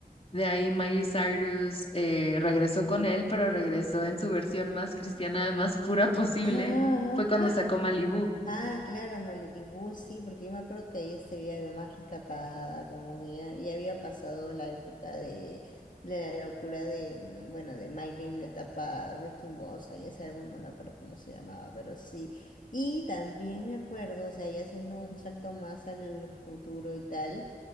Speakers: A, on the left; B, on the left.
A: De ahí Miley Cyrus eh, regresó con él, pero regresó en su versión más cristiana, más pura <laughs> posible.
B: Ah.
A: Fue cuando sacó Malibu.
B: Ah, claro, Malibú, sí, porque yo me acuerdo que ahí se veía más rescatada, como que ya, ya había pasado la época de, de la locura de, mm, bueno, de Miley en la etapa Wrecking Boss, ahí ese álbum no me acuerdo cómo se llamaba, pero sí. Y también me acuerdo, o sea, ya haciendo un salto más al futuro y tal.